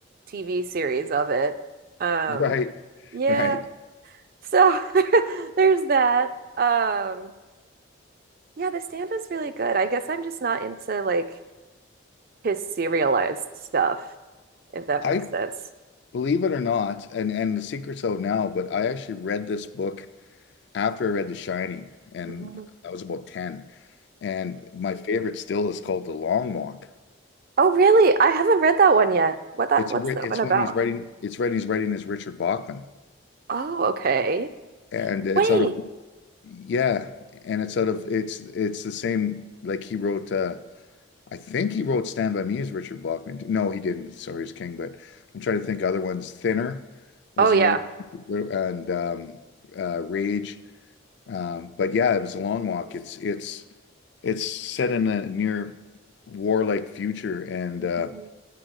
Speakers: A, on the right (about 45°); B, on the left (about 55°).
A: TV series of it. Um,
B: Right,
A: yeah.
B: right.
A: So <laughs> there's that. Um, yeah, The Stand is really good. I guess I'm just not into like his serialized stuff, if that
B: I
A: makes sense.
B: believe it or not, and and the secret's out now, but I actually read this book after I read The Shining, and
A: Mhm.
B: I was about 10. And my favorite still is called The Long Walk.
A: Oh, really? I haven't read that one yet. What that
B: It's
A: what's
B: a, ri-
A: that
B: it's
A: one about?
B: when he's writing it's writing he's writing as Richard Bachman,
A: Oh, okay.
B: and it's
A: Wait.
B: out of yeah, and it's out of it's it's the same like he wrote uh, I think he wrote Stand By Me as Richard Blockman. No, he didn't. Sorry, as King, but I'm trying to think other ones. Thinner was
A: Oh yeah.
B: another, and um, uh, Rage. Um, but yeah, it was a long walk. It's it's it's set in a near warlike future, and
A: Mhm.
B: uh,